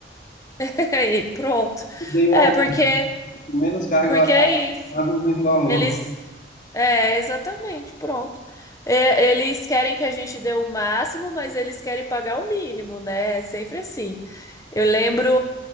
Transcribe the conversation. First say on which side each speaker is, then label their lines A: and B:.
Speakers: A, on the left; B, on the left.
A: <laughs> E pronto.
B: Dei um
A: É, porque,
B: menos carga
A: porque
B: horária,
A: é isso.
B: dava o mesmo valor.
A: Eles. É, exatamente, pronto. É, eles querem que a gente dê o máximo, mas eles querem pagar o mínimo, né? É sempre assim. Eu lembro